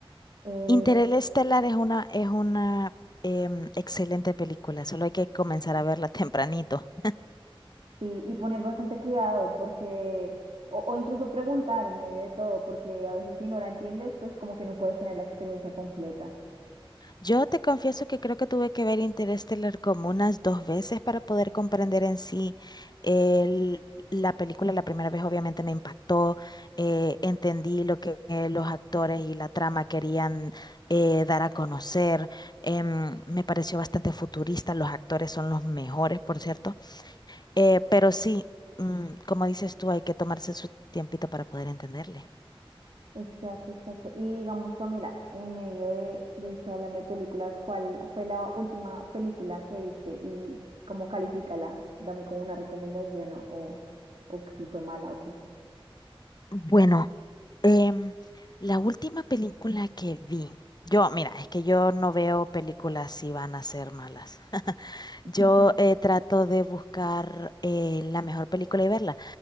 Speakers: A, on the right (about 75°); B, on the left (about 45°).
A: Eh,
B: Interestelar es una, es una em, excelente película, solo hay que comenzar a verla <laughs> tempranito.
A: sí, y poner bastante cuidado porque, o, o incluso preguntar en medio de todo, porque a veces si no la entiendes, pues como que no puedes tener la experiencia completa.
B: Yo te confieso que creo que tuve que ver Interestelar como unas dos veces para poder comprender en sí el- la película. La primera vez obviamente me impactó, eh, entendí lo que eh, los actores y la trama querían eh, dar a conocer. em, me pareció bastante futurista, los actores son los mejores, por cierto. Eh, pero sí, mm, como dices tú, hay que tomarse su tiempito para poder entenderle.
A: Exacto, exacto. Y digamos, Pamela, en medio de, de esto hablando de películas, ¿cuál fue la última película que viste y cómo califícala? Dame como una recomendación o, o, o si fue mala o qué.
B: Bueno, em, la última película que vi, yo, mira, es que yo no veo películas si van a ser malas. <laughs>
A: <laughs>
B: Yo eh, trato de buscar eh, la mejor película y verla.